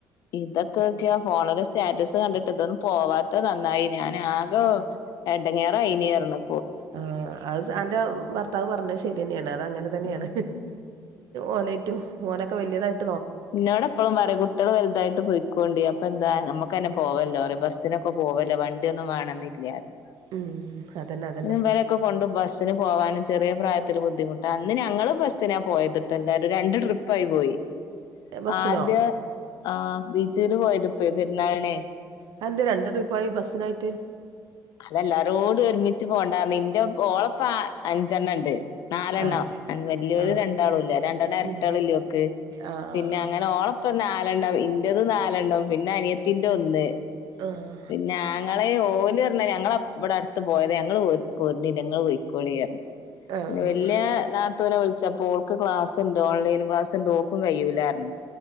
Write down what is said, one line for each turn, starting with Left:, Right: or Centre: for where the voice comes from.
Left: ഇതൊക്കെ ഒക്കെയാ ഫോണില് സ്റ്റാറ്റസ് കണ്ടിട്ട് ഇതൊന്നും പോവാത്ത നന്നായി ഞാൻ ആകോ എടങ്ങേറായിനീഅർണു
Right: ആഹ് അത് അന്റെ ഭർത്താവ് പറഞ്ഞത് ശരി തന്നെയാണ് അത് അങ്ങനെ തന്നെയാണ്
Left: ഉം
Right: ഓലേറ്റു ഓനൊക്കെ വല്യതായിട്ട്
Left: എന്നോട് ടപ്പളും പറയും കുട്ടികള് വൽതായിട്ട് പൊയിക്കോണ്ടി അപ്പൊ നമുക്കെന്നെ പോവല്ലോ ബസ്സിനൊക്കെ പോവല്ലോ വണ്ടിയൊന്നും വേണെന്നില്ലാറിം
Right: ഉം അതന്നെ അതന്നെ
Left: അയ്നിവലൊക്കെ കൊണ്ട് ബസ്സിന് പോവാന് ചെറിയ പ്രായത്തില് ബുദ്ധിമുട്ടാണ് ന്ന ഞങ്ങള് ബസ്സിനാ പോയതിട്ടല്ലാരും രണ്ട് ട്രിപ്പായി പോയി
Right: ബസ്സിനോ
Left: ആദ്യ ആ ബീച്ചില് പോയത്പ്പേ പെരുന്നാളിനെ
Right: അയെന്തെ രണ്ട്‌ ട്രിപ്പായി ബസ്സിനായിട്ട്
Left: അതെല്ലാരോടും ഒരുമിച്ച് പോണ്ടാർഞ്ഞു ഇന്റെ ഓളപ്പ അഞ്ചെണ്ണണ്ട് നാലെണ്ണം
Right: ആഹ്
Left: വല്യോര്
Right: ആഹ്
Left: രണ്ടാളൂല്ലേ രണ്ടെണ്ണം എരട്ടാളില്ലോക്ക്
Right: ഉം ആഹ്
Left: പിന്നെ
Right: ആഹ്
Left: അങ്ങനെ ഓളപ്പൊരു നാലെണ്ണം ഇന്റത് നാലെണ്ണം പിന്നെ അനിയത്തിന്റെ ഒന്ന്
Right: ആഹ്
Left: പിന്നെ ആങ്ങളെ ഓല് പറഞ്ഞ ഞങ്ങള് ഇവിടെ അടുത്ത് പോയതാ അപ്പൊ ഞങ്ങള് പോർനില്ല ങ്ങള് പോയ്ക്കോളിർഞ്ഞു
Right: ആഹ്
Left: വല്യ നാത്തൂനെ വിളി ച്ചപ്പോൾക്ക് ക്ലാസ്ണ്ട് ഓൺലൈൻ ക്ലാസ്ണ്ട് ഓക്കും കയ്യൂലാർഞ്ഞു